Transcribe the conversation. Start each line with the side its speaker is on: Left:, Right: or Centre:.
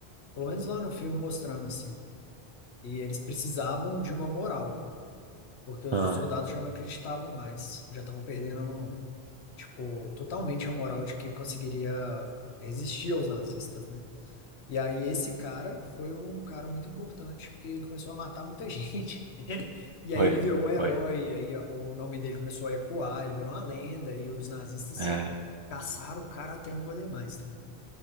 Left: Pelo menos lá no filme mostrando assim. E eles precisavam de uma moral, porque os
Right: Ah,
Left: soldados já não acreditavam mais, já estavam perdendo. tipo, totalmente a moral de que conseguiria resistir aos nazistas, né? E aí esse cara foi um cara muito importante, porque ele começou a matar muita gente. <laughs> E
Right: foi,
Left: aí ele virou um herói,
Right: foi.
Left: aí o nome dele começou a ecoar, ele virou uma lenda, e os nazistas
Right: É,
Left: caçaram o cara até não poder mais também.